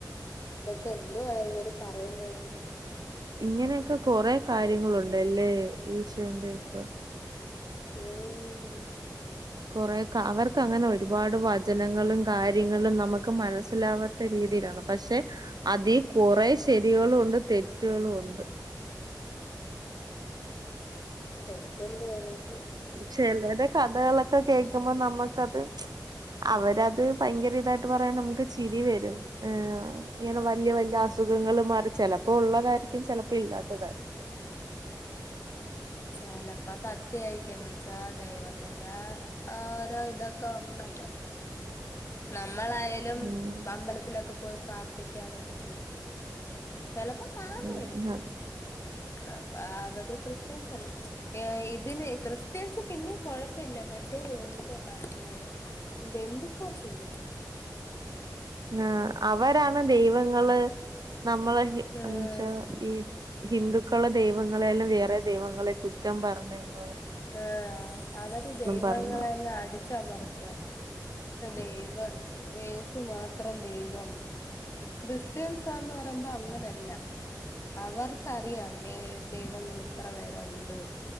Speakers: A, on the left; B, on the right.
A: തൊക്കെ എന്തുവാ ഇവര് പറയുന്നേ
B: ഇങ്ങനൊക്കെ കൊറേ കാര്യങ്ങളുണ്ട്ല്ലേ ഈശോന്റെപ്പം
A: മ്മ് മ്മ്
B: കുറേക്കെ അവർക്കങ്ങനെ ഒരുപാട് വചനങ്ങളും നമ്മുക്ക് മനസ്സിലാവാത്ത രീതിയിലാണ് പക്ഷെ അതീ കുറേ ശരികളും ഉണ്ട് തെറ്റുകളും ഉണ്ട്
A: തെറ്റെന്തുവാ അതിനകത്ത്?
B: ചെലരെ കഥകളൊക്കെ കേക്കുമ്പോ നമ്മക്കത് അവരത് ഭയങ്കര ഇതായിട്ട് പറയുമ്പോ നമ്മുക്ക് ചിരി വരും ങ്ങനെ വല്യ വല്യ അസുഖങ്ങൾ മാറി ചെലപ്പോ ഉള്ള കാര്യായിരിക്കും ചെല പ്പില്ലാത്തതായിരിക്കും
A: ചെലപ്പോ സത്യായിരിക്കും എന്ന് വച്ചാ ദൈവ ത്തിന്റെ ആരോ ഇതൊക്കെ ഉണ്ടല്ലോ <unintelligible> മ്മളായാലും
B: ഉം
A: അമ്പലത്തിലൊക്കെ പോയി പ്രാർത്ഥിക്കാ അതൊക്കെ ചെയ്യത്തില്ലെ ചെലപോ കാണുവാരിക്കും
B: ഉം
A: അപ്പാവര് ക്രിസ്ത്യൻസല്ലെ ഏ ഇതിന് ക്രിസ്ത്യൻസ് പിന്നെ കൊയപ്പല്ല മറ്റേ എന്തൊ പറയുന്നേ ഗെന്ത് പ്പാവ്സല്ലേ <unintelligible>
B: ആ അവരാണ് ദൈവങ്ങള് നമ്മളെ
A: ഏഹ്
B: ന്ന് ച്ച ഈ ഹിന്ദുക്കളെ ദൈവങ്ങളെല്ലാം വേറെ ദൈവങ്ങളെ കുറ്റം പറഞഴിഞ്ഞ
A: ആഹ് അവര് ദൈവങ്ങളെങ്ങ്
B: പറഞ്ഞ
A: അടിച്ചമർത്തു ദൈവ ഏസു മാത്രം ദൈവം. ക്രിസ്ത്യൻസാവുമ്പൊറയുമ്പൊ അങ്ങനല്ല അവർക്കറിയാം ഏഹ് ദൈവങ്ങള് ഇത്ര വരെ ഉണ്ട്